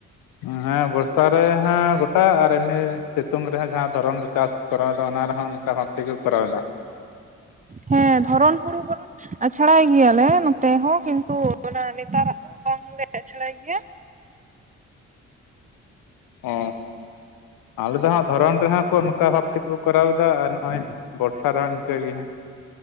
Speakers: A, on the left; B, on the right.
A: ᱦᱮᱸ ᱵᱚᱨᱥᱟ ᱨᱮ ᱦᱟᱸ ᱜᱚᱴᱟ ᱟᱨ ᱮᱢᱱᱤ᱾ ᱥᱤᱛᱩᱝ ᱨᱮᱦᱚᱸ ᱡᱟᱦᱟᱸ ᱫᱷᱚᱨᱚᱢ ᱨᱮ ᱪᱟᱥ ᱠᱚ ᱠᱚᱨᱟᱣᱮᱫᱟ ᱚᱱᱟ ᱨᱮᱦᱚᱸ ᱚᱱᱠᱟ ᱵᱷᱟᱵᱽ ᱛᱮ ᱠᱚ ᱠᱚᱨᱟᱣᱮᱫᱟ᱾
B: ᱦᱮᱸ ᱫᱷᱚᱨᱚᱱ ᱦᱩᱲᱩ ᱵᱚᱨᱚᱱ ᱟᱪᱷᱲᱟᱭ ᱜᱮᱭᱟᱞᱮ ᱱᱚᱛᱮ ᱦᱚᱸ ᱠᱤᱱᱛᱩ ᱚᱱᱟ ᱱᱮᱛᱟᱨᱟᱜ ᱫᱚ ᱵᱟᱝᱞᱮ ᱟᱪᱲᱟᱭ ᱜᱮᱭᱟ᱾
A: ᱚ ᱟᱞᱮ ᱫᱚ ᱦᱟᱸᱜ ᱫᱷᱚᱨᱚᱱ ᱨᱮᱦᱚᱸ ᱠᱚ ᱱᱚᱝᱠᱟ ᱵᱷᱟᱵᱽ ᱛᱮᱠᱚ ᱠᱚ ᱠᱚᱨᱟᱣ ᱮᱫᱟ ᱟᱨ ᱱᱚᱜᱼᱚᱭ ᱵᱚᱨᱥᱟ ᱨᱮᱦᱚᱸ ᱤᱱᱠᱟᱹᱜᱮ ᱦᱟᱸᱜ